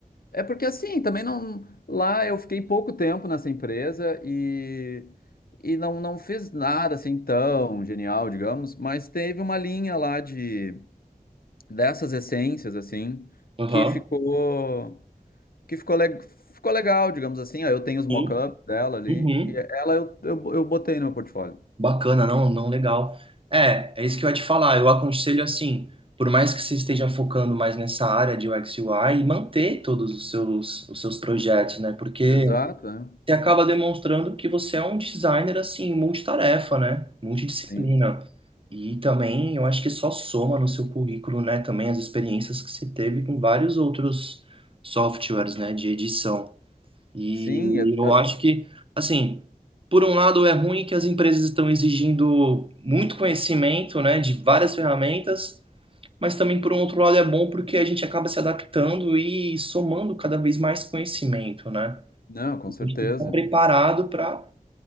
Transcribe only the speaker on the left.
É porque assim, também não. Lá eu fiquei pouco tempo nessa empresa e e não, não fiz nada assim tão genial, digamos, mas teve uma linha lá de dessas essências assim
que ficou que ficou, le- ficou legal, digamos assim. ó, Eu tenho os mock-ups
dela ali,
e ela eu, eu, eu botei no meu portfólio.
Exato, é.
Sim.
Sim, e a-
a-
não, com
certeza.